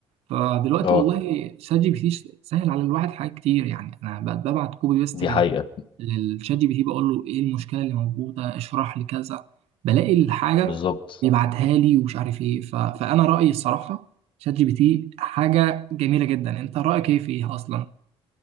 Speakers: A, on the right; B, on the left.
A: فدلوقتي
B: اه
A: والله شات جي بي تي سهل على الواحد حاجات كتير يعني انا بقت ببعت كوبي بيست
B: دي حقيقة
A: للشات جي بي تي بقول له ايه المشكله اللي موجوده اشرح لي كذا بلاقي الحاجه
B: بالظبط
A: بيبعتها لي ومش عارف ايه ف... فانا رايي الصراحه شات جي بي تي حاجه جميله جدا انت رايك ايه فيها اصلا